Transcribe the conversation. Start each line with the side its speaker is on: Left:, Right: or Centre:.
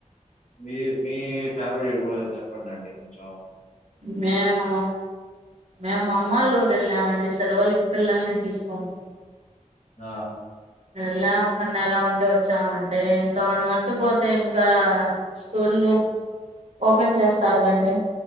Left: మీ మీ ఫ్యామిలీ చెప్పండండి కొంచెం
Right: మేము మేము అమ్మలురు వెళ్ళామండి సెలవులకి పిల్లల్ని తీసుకొని
Left: ఆ
Right: వెళ్ళాం ఒక నెల ఉండి వచ్చామండి ఇంకా వన్ మంత్ పోతే
Left: ఆ
Right: ఇంకా స్కూల్లు ఓపెన్ చేస్తారు కండి